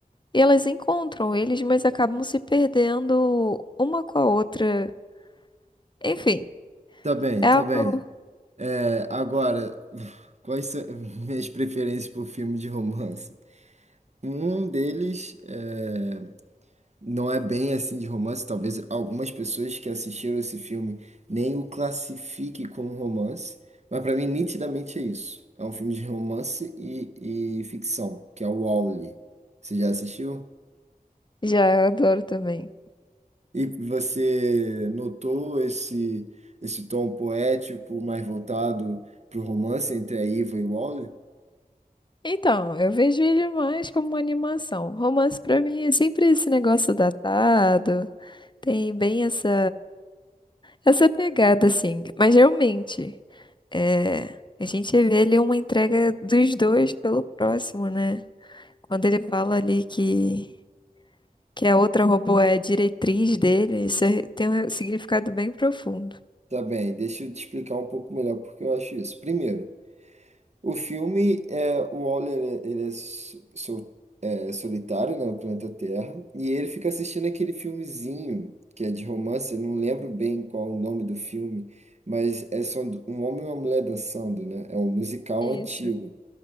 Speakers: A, on the left; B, on the right.
A: e elas encontram eles, mas acabam se perdendo uma com a outra. Enfim,
B: Tá bem,
A: é
B: tá
A: algo.
B: bem. É, agora, <sighs> quais são <laughs> minhas preferências por filme de romance? Um deles é, não é bem assim de romance, talvez algumas pessoas que assistiram esse filme nem o classifiquem como romance, mas para mim nitidamente é isso. É um filme de romance e, e ficção, que é o Wall-E. Você já assistiu?
A: Já, eu adoro também.
B: E você notou esse, esse tom poético mais voltado para o romance entre a Iva e o Wall-E?
A: Então, eu vejo ele mais como uma animação. Romance pra mim é sempre esse negócio datado. Tem bem essa, essa pegada, assim. Mas realmente, é, a gente vê ali uma entrega dos dois pelo próximo, né? Quando ele fala ali que, que a outra robô é a diretriz dele, isso é- tem um significado bem profundo.
B: Tá bem, deixa eu te explicar um pouco melhor porque eu acho isso. Primeiro, O filme, é, o Waller, ele é, so- so- é, solitário, né, no planeta Terra, e ele fica assistindo aquele filmezinho, que é de romance, eu não lembro bem qual o nome do filme, mas é só do- um homem e uma mulher dançando, né, é um musical
A: Isso.
B: antigo.